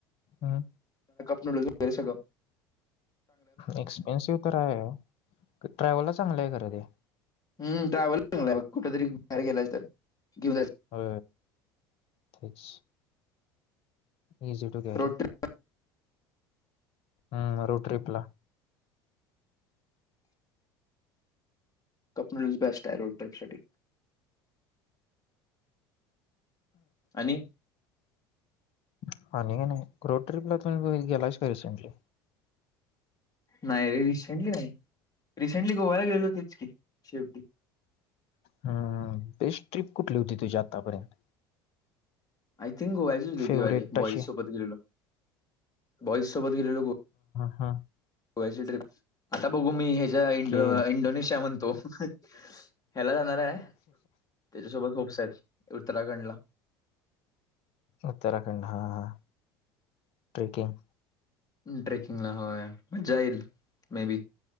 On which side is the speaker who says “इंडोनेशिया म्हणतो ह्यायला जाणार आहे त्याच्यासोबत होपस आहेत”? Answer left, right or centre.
Left